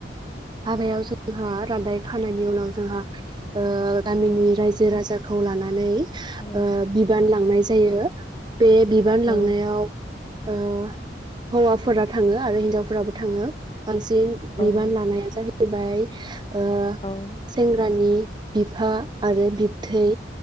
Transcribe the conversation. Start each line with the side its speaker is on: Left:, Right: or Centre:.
Right: हाबायाव जोंहा रादाय खानायनि उनाव जोंहा ओ गामिनि
Left: औ
Right: रायजो राजा खौ लाना नानै
Left: औ
Right: ओ बिबान लांनाय जायो। बे बिबान लांनायाव
Left: औ
Right: ओ हौवाफोरा थाङो आरो हिनजावफोराबो थाङो बांसिन बिबान
Left: औ
Right: लानाया <unintelligible> बाय ओ
Left: औ
Right: सेंग्रानि बिफा आरो बिबथै